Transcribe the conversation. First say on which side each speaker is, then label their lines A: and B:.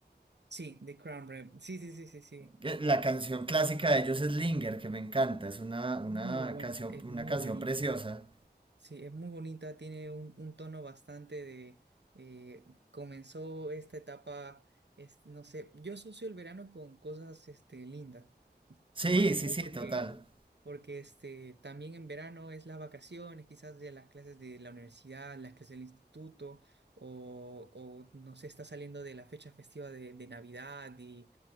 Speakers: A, on the right; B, on the right.
A: Sí, The Crown Rem. Sí, sí, sí, sí, sí.
B: que La
A: De-
B: canción clásica de ellos es Linger, que me encanta. Es una, una
A: Muy buena,
B: canción,
A: es
B: una
A: muy
B: canción
A: bonita.
B: preciosa.
A: Sí, es muy bonita, tiene un, un tono bastante de eh, comenzó esta etapa, es, no sé, yo asocio el verano con cosas este, lindas.
B: Sí,
A: Más que
B: sí,
A: todo
B: sí,
A: porque,
B: total.
A: porque este, también en verano es las vacaciones, quizás de las clases de la universidad, las clases del instituto, o, o no sé, está saliendo de la fecha festiva de, de Navidad y